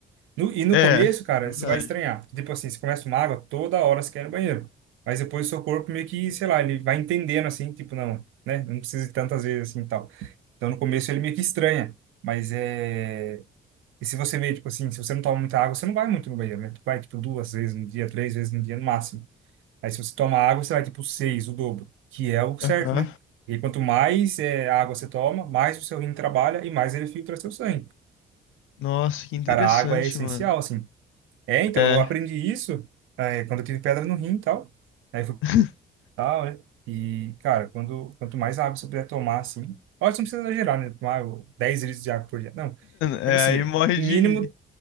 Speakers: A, on the right (about 80°); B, on the left (about 85°).
A: No- e no
B: É,
A: começo, cara,
B: verdade.
A: você vai estranhar. Tipo assim, você começa uma água, toda hora você quer ir no banheiro. Mas depois o seu corpo meio que, sei lá, ele vai entendendo assim, tipo, não, né? Não precisa ir tantas vezes assim e tal. Então no começo ele meio que estranha. Mas é. E se você vê, tipo assim, se você não toma muita água, você não vai muito no banheiro, né? Tu vai, tipo, duas vezes no dia, três vezes no dia no máximo. Aí se você toma água, você vai, tipo, seis, o dobro, que é o certo,
B: Aham.
A: né? E quanto mais é, água você toma, mais o seu rim trabalha e mais ele filtra seu sangue.
B: Nossa, que interessante,
A: Cara, a água é essencial,
B: mano.
A: assim. É, então,
B: É.
A: eu aprendi isso é, quando eu tive pedra no rim e tal. Aí eu fui pra
B: <laughs>
A: tal, né? E, cara, quando, quanto mais água você puder tomar, assim... Óbvio, você não precisa exagerar, né? Tomar o 10 litros de água por dia. Não.
B: É,
A: Tipo assim,
B: aí morre
A: o
B: de.
A: mínimo